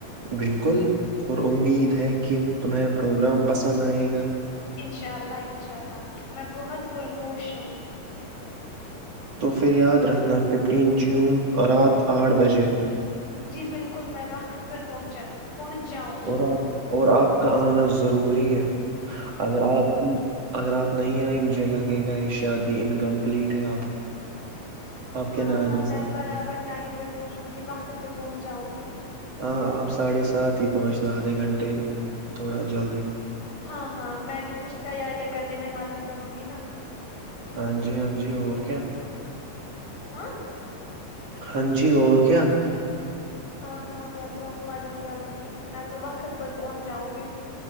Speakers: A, on the right; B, on the left.
A: بلکل اور امید ہے کہ تمہیں پروگرام پسند آئے گا <inaudible>
B: انشاء اللہ انشاء اللہ میں بہت پرگوش ہوں
A: تو پھر یاد رکھنا ففٹین جون رات آٹھ بجے
B: جی بلکل میں وقت پر پہنچا ہوں پہنچ جاؤں گی
A: اور آپ اور آپ کا آنا ضروری ہے اگر آپ اگر آپ نہیں آئی مجھے لگے گا یہ شادی ان کمپلیٹ ہے آپ آپ کے
B: ہاں
A: نہ
B: ہاں
A: آنے
B: میں
A: سے
B: برابر ٹائم پہ پہنچوں گی وقت پہ پہنچ جاؤں گی
A: ہاں آپ ساڑھے سات ہی پہنچنا آدھے گھنٹے تھوڑا جلدی
B: ہاں ہاں میں بھی کچھ تیاریاں کرنے میں مدد کروں گی نا
A: ہاں جی ہاں جی اور کیا
B: ہاں
A: ہاں جی اور کیا
B: ہاں ہاں میں تو مدد کروں گی میں تو وقت پر پہنچ جاؤں گی